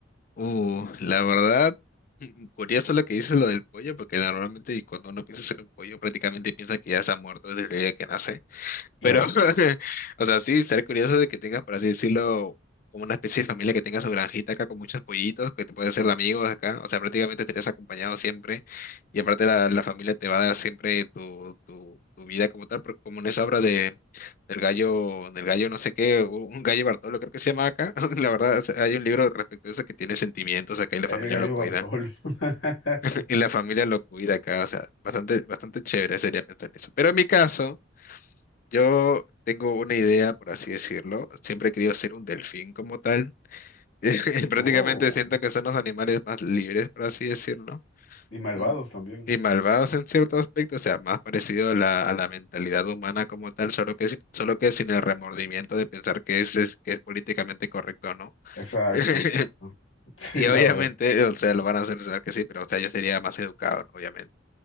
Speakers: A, on the left; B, on the left.
A: uh, la verdad, mm, curioso lo que dices lo del pollo, porque normalmente cuando uno piensa hacer un pollo, prácticamente piensa que ya se ha muerto desde el día que nace.
B: Claro,
A: Pero, <laughs> o sea, sí, ser curioso de que tengas, por así decirlo, como una especie de familia que tenga su granjita acá con muchos pollitos, que te puedes hacer de amigos acá. O sea, prácticamente estarías acompañado siempre. Y aparte la, la familia te va a dar siempre tu, tu, tu vida como tal, porque como en esa obra de, del gallo, del gallo no sé qué, un un gallo Bartolo creo que se llama acá. <laughs> La verdad, o sea, hay un libro respecto a eso que tiene sentimientos acá y la
B: el
A: familia
B: gallo
A: lo cuida.
B: Bartolo. <laughs>
A: <laughs> Y la familia lo cuida acá. O sea, bastante, bastante chévere sería pensar en eso. Pero en mi caso... Yo tengo una idea, por así decirlo. Siempre he querido ser un delfín como tal. <laughs> Y prácticamente
B: Oh,
A: siento que son los animales más libres, por así decirlo.
B: y malvados
A: Mm,
B: también.
A: Y malvados en cierto aspecto, o sea, más parecido a la, a la mentalidad humana como tal, solo que, si- solo que sin el remordimiento de pensar que es, es- que es políticamente correcto o no.
B: Exacto,
A: <laughs>
B: exacto. <laughs> Sí,
A: Y obviamente,
B: la verdad.
A: o sea, lo van a hacer pensar que sí, pero o sea, yo sería más educado, ¿no? Obviamente.